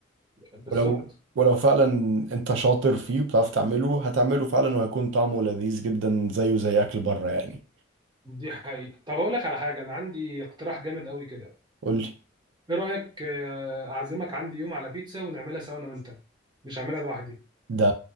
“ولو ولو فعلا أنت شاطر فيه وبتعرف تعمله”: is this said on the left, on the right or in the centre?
Right